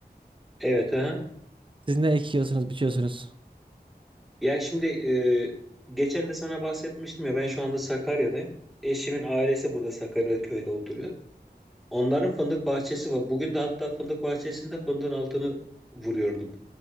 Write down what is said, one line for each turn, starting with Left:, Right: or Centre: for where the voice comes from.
Centre: Evet. Aha.
Right: Siz ne ekiyorsunuz, biçiyorsunuz?
Centre: Yani şimdi e, geçen de sana bahsetmiştim ya ben şu anda Sakarya'dayım. Eşimin ailesi burada Sakarya köyde oturuyor. Onların fındık bahçesi var. Bugün de hatta fındık bahçesinde fındığın altını vuruyordum.